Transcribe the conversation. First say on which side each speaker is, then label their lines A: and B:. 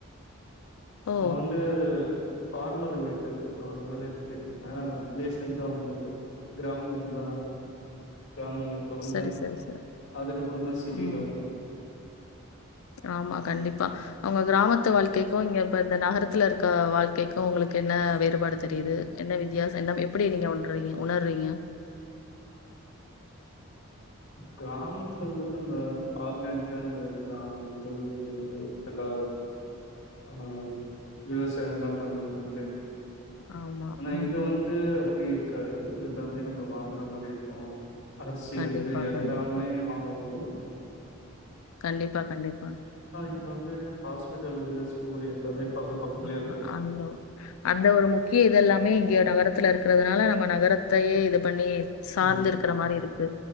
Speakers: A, on the left; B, on the left.
A: ஓ
B: நா வந்து பார்மர் ரிலேட்டடு சோ அதனால எனக்கு தெரியு ஏனா நா வந்து ரிலேஷன்காகா வந்துருக்க கிராமங்கள் இருந்தாலு கிராமங்கள் பொறந்த
A: சரி சரி சரி
B: அதுக்கப்பறம்தா சிட்டியில
A: ம்
B: வந்த
A: ஆமா கண்டிப்பா உங்க கிராமத்து வாழ்க்கைக்கு இங்க இப்ப இந்த நகரத்துல இருக்க வாழ்க்கைக்கு உங்களுக்கு என்ன வேறுபாடு தெரியுது என்ன வித்தியாசோ என்ன எப்டி நீங்க உண்றீங்க உணர்றீங்க
B: கிராமத்துல வந்து நம்ம ஆர்கானிக்கா நம்ம இருக்கலா நம்மள வந்து நல்லா ஆ விவசாயெல்லா பண்ணி நம்ப்ளே
A: ஆமா.
B: ஆனா
A: ம்,
B: இங்க
A: ம்.
B: வந்து அப்டி இருக் இருக்காது எல்லாமே நம்ம வாங்கற மாரி இருக்கு அரிசில
A: கண்டிப்பா,
B: இருந்து எல்
A: கண்டிப்பா.
B: வாங்க வேண்டியதா இருக்கு
A: கண்டிப்பா, கண்டிப்பா.
B: இங்க வந்து ஹாஸ்பிடல்லருந்து ஸ்கூலு எல்லாமே பக்க பக்கத்துலயே
A: அ
B: இருக்கு
A: அந்த அந்த ஒரு முக்கிய இதெல்லாமே இங்க நகரத்துல இருக்கறதுனால நம்ம நகரத்தயே இது பண்ணி சாந்து
B: ம்
A: இருக்கற மாரி இருக்கு